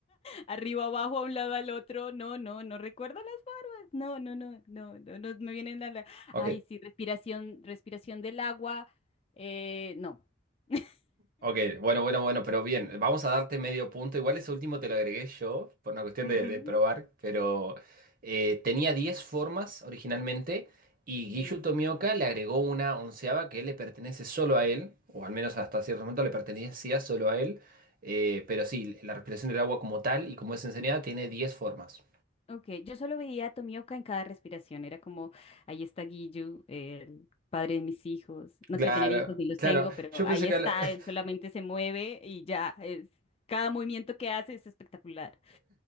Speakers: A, on the left (about 30°); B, on the right (about 45°).
A: arriba, abajo, a un lado, al otro. No, no, no recuerdo las. No, no, no, no, no, no me vienen la, la-
B: Ok,
A: Ay, sí, respiración, respiración del agua. eh, no. <laughs>
B: ok, bueno, bueno, bueno, pero bien, vamos a darte medio punto. Igual ese último te lo agregué yo por una cuestión
A: Ujú,
B: de, de probar, pero eh, tenía 10 formas originalmente y Giyu
A: No.
B: Tomioka le agregó una onceava que le pertenece solo a él, o al menos hasta cierto momento le pertenecía solo a él, eh, pero sí, la respiración del agua como tal y como es enseñada tiene 10 formas.
A: Ok, yo solo veía a Tomioka en cada respiración. Era como, ahí está Giyu, el padre de mis hijos. No
B: Claro,
A: quiero tener hijos ni los
B: claro,
A: tengo, pero
B: yo pensé
A: ahí
B: que...
A: está,
B: la- <laughs>
A: él solamente se mueve y ya. es- cada movimiento que hace es espectacular.